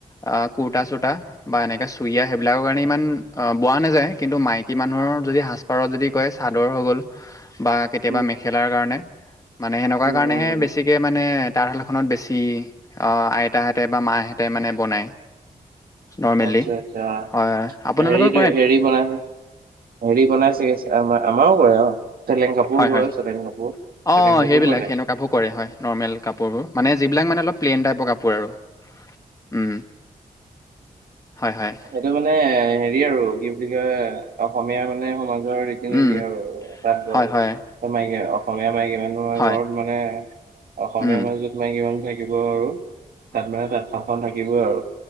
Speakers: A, on the left (about 25°); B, on the right (about 85°).
A: অ', কুৰ্তা চুৰ্তা বা এনেকাে চুৰিয়া সেইবিলাকৰ কাৰণে ইমান, অ' বোৱা নাযায়, কিন্তু মাইকী মানুহৰ যদি সাজপাৰত যদি কয় চাদৰ হৈ গ'ল বা কেতিয়াবা
B: উম
A: মেখেলাৰ কাৰণে, মানে সেনেকুৱা
B: উম
A: কাৰণেহে বেছিকে মানে তাঁতশালখনত বেছি আইতাহঁতে বা মাহঁতে মানে বনায়। নৰ্মেলি,
B: আচ্ছা আচ্ছা
A: হয় হয় আপোনালোকক
B: হেৰিটো হেৰি বনাইছে, হেৰি বনাই চাগে আমাৰ। আমাৰো কৰে অ' চেলেং কাপোৰ
A: হয়
B: ও বয়,
A: হয়
B: চেলেং কাপোৰ।
A: অ'
B: চেলেং কাপোৰ
A: সেইবিলাক,
B: বয় নাই
A: সেনেকুৱাবোৰ কৰে হয়। নৰ্মেল কাপোৰবোৰ, মানে যিবিলাক মানে অলপ প্লেইন টাইপৰ কাপোৰ আৰু। উম্, হয় হয়।
B: এইটো মানে হেৰি আৰু, কি বুলি কয় অসমীয়া মানে সমাজৰ আৰু
A: উম
B: তাত বয়,
A: হয় হয়
B: মাইকী অসমীয়া মাইকী মানুহৰ
A: হয়
B: ঘৰত মানে অসমীয়া
A: উম
B: মানুহে, য'ত মাইকী মানুহ থাকিব আৰু তাত মানে তাঁতশালখন থাকিবই আৰু।